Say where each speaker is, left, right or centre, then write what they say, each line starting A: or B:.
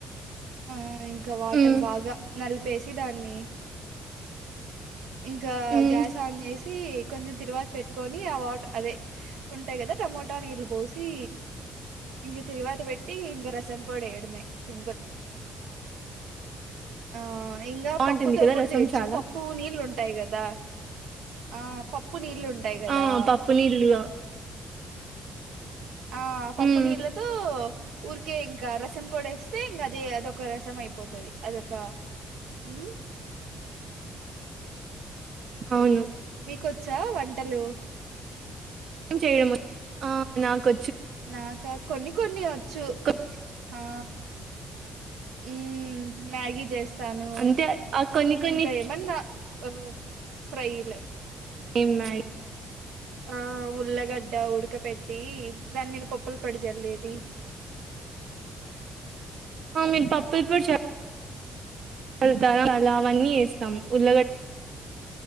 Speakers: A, on the right (about 80°); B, on the right (about 60°).
A: ఆ ఇం ఇంకా వాటర్
B: మ్మ్
A: బాగా నలిపేసి దాన్ని ఇంకా
B: మ్మ్
A: గ్యాస్ ఆన్ చేసి కొంచెం తిరువాత పెట్ కోని ఆ వాటర్ అదే ఉంటాయి కదా టమోటా నీళ్ళు పోసి ఇగ తిరువాతి పెట్టి ఇంక రసం పోడేయడమే సింపుిల్ ఆ ఇంగ
B: బాగుంటుంది
A: పప్పుతో
B: కదా
A: కూడా
B: రసం
A: చేయొచ్చు
B: చాలా
A: పప్పు నీళ్ళు ఉంటాయి కదా ఆ పప్పు నీళ్ళు ఉంటాయి కదా
B: ఆ పప్పు నీళ్ళు
A: ఆ పప్పు
B: మ్మ్
A: నీళ్ళతో ఊరికే ఇంకా రసం పొడేస్తే ఇంగ అది అదొక రసం అయిపోతది అదొక మ్
B: అవును
A: మీకొచ్చా వంటలు
B: చేయడము ఆ నాకో
A: నాకా కొన్ని కొన్ని వచ్చు
B: కొ-
A: ఆ మ్ మ్యాగి జెస్ స్తాను
B: అంతే ఆ కొన్ని కొన్ని
A: ఇంకా ఏమన్నా మ్ ఫ్రైలు
B: ఏమున్నాయ్
A: ఆ ఉల్లగడ్డ ఉడక పెట్టి దాని మీద పప్పల పోడిచళ్ళేది
B: అ మీ పప్పుల పొడి చ త అలా అవన్నీ ఎస్తాం ఉల్లగడ్